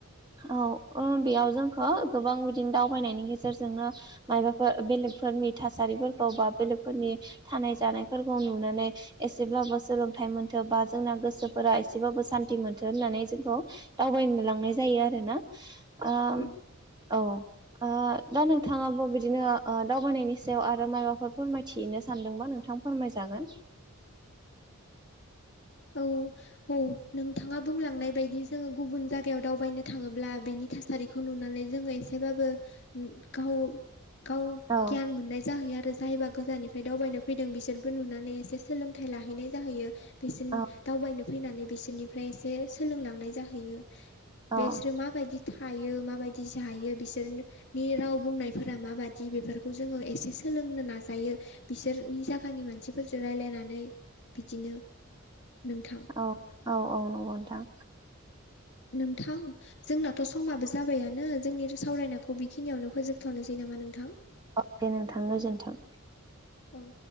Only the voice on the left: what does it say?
औ
औ औ नोंथाङा बुंलांनाय बायदि जोङो गुबुन जायगायाव दावबायनो थाङोब्ला बेनि थासारिखौ नुनानै जोङो एसेबाबो गाव गाव
गियान मोननाय जाहैयो आरो। जायोबा गोजाननिफ्राय दावबायनो फैदों बिसोरबो नुनानै एसे सोलोंथाइ लाहैनाय जाहैयो बिसोरनि
दावबायनो फैनानै बिसोरनिफ्राय एसे सोलोंलांनाय जाहैयो
बिसोरो माबायदि थायो माबायदि जायो बिसोरनो नि राव बुंनायफोरा माबायदि बेफोरखौ जोङो एसे सोलोंनो नाजायो। बिसोरनि जायगानि मानसिफोरजों रायज्लायनानै बिदिनो नोंथां।
नोंथां। जोंनाथ' समाबो जाबायानो जोंनि सावरायनाखौ बेखिनियावनो फोजोबथावनोसै नामा नोंथां?
औ